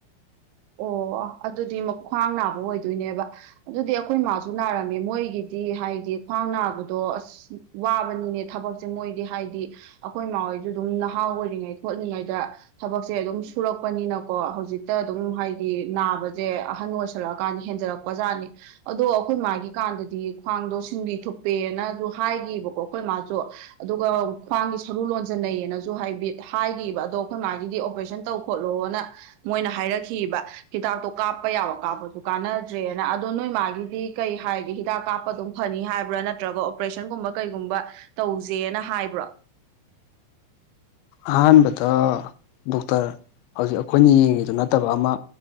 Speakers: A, on the right (about 85°); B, on the left (about 80°).
A: ꯑꯣ ꯑꯗꯨꯗꯤ ꯈ꯭ꯋꯥꯡ ꯅꯥꯕ ꯑꯣꯏꯗꯣꯏꯅꯦꯕ ꯑꯗꯨꯗꯤ ꯑꯩꯈꯣꯏ ꯏꯃꯥꯁꯨ ꯅꯥꯔꯝꯃꯦ ꯃꯣꯏꯒꯤꯗꯤ ꯍꯥꯏꯗꯤ ꯈ꯭ꯋꯥꯡ ꯅꯥꯕꯗꯣ ꯑꯁ ꯋꯥꯕꯅꯤꯅꯦ ꯊꯕꯛꯁꯦ ꯃꯣꯏꯗꯤ ꯍꯥꯏꯗꯤ ꯑꯩꯈꯣꯏ ꯏꯃꯥ ꯍꯣꯏꯗꯨ ꯑꯗꯨꯝ ꯅꯍꯥ ꯑꯣꯏꯔꯤꯉꯩ ꯈꯣꯠꯂꯤꯉꯩꯗ ꯊꯕꯛꯁꯦ ꯑꯗꯨꯝ ꯁꯨꯔꯛꯄꯅꯤꯅꯀꯣ ꯍꯧꯖꯤꯛꯇ ꯑꯗꯨꯝ ꯍꯥꯏꯗꯤ ꯅꯥꯕꯁꯦ ꯑꯍꯟ ꯑꯣꯏꯁꯜꯂꯛꯑꯀꯥꯟꯗ ꯍꯦꯟꯖꯜꯂꯛꯄ ꯖꯥꯠꯅꯤ ꯑꯗꯣ ꯑꯩꯈꯣꯏ ꯃꯥꯒꯤ ꯀꯥꯟꯗꯗꯤ ꯈ꯭ꯋꯥꯡꯗꯣ ꯁꯤꯡꯕꯤ ꯊꯨꯞꯄꯦꯅꯁꯨ ꯍꯥꯏꯕꯀꯣ ꯑꯩꯈꯣꯏ ꯃꯥꯁꯨ ꯑꯗꯨꯒ ꯈ꯭ꯋꯥꯡꯒꯤ ꯁꯔꯨ ꯂꯣꯟꯖꯟꯅꯩꯌꯦꯅꯁꯨ ꯍꯥꯏꯕ ꯍꯥꯏꯈꯤꯕ ꯑꯗꯣ ꯑꯩꯈꯣꯏ ꯃꯥꯒꯤꯗꯤ ꯑꯣꯄꯔꯦꯁꯟ ꯇꯧ ꯈꯣꯠꯂꯣꯅ ꯃꯣꯏꯅ ꯍꯥꯏꯔ ꯊꯤꯈꯤꯕ ꯍꯤꯗꯥꯛꯇꯣ ꯀꯥꯞꯄ ꯌꯥꯕ ꯀꯥꯞꯄꯁꯨ ꯀꯥꯅꯗ꯭ꯔꯦꯅ ꯑꯗꯣ ꯅꯣꯏ ꯃꯥꯒꯤꯗꯤ ꯀꯩ ꯍꯥꯏꯒꯦ ꯍꯤꯗꯥꯛ ꯀꯥꯞꯄ ꯑꯗꯨꯝ ꯐꯅꯤ ꯍꯥꯏꯕ꯭ꯔꯥ ꯅꯠꯇ꯭ꯔꯒ ꯑꯣꯄꯔꯦꯁꯟꯒꯨꯝꯕ ꯀꯩꯒꯨꯝꯕ ꯇꯧꯁꯦꯅ ꯍꯥꯏꯕ꯭ꯔꯣ
B: ꯑꯍꯥꯟꯕꯗ ꯗꯣꯛꯇꯔ ꯍꯧꯖꯤꯛ ꯑꯩꯈꯣꯏꯅ ꯌꯦꯡꯉꯤꯗꯨ ꯅꯠꯇꯕ ꯑꯃ